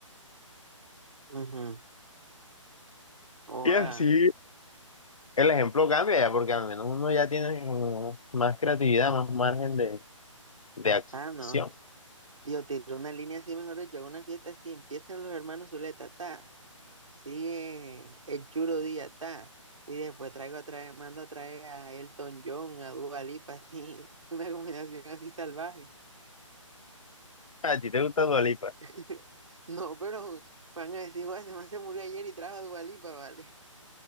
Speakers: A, on the right; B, on the left.
A: ujú. Oh,
B: Y
A: ah,
B: así el ejemplo cambia ya, porque al menos uno ya tiene como más creatividad, más margen de, de acción.
A: ah, no. Yo tiré una línea así, mejor dicho, hago una fiesta así, empiezan los hermanos Zuleta, ta. Sí, el chulo día está. Y después traigo a traer, mando a traer a Elton John, a Dua Lipa, <laughs> así, una combinación así salvaje.
B: <laughs> A ti te gusta Dua Lipa.
A: <laughs> No, pero van a decir, "Joder, ese man se murió ayer y trajo a Dua Lipa", ¿vale?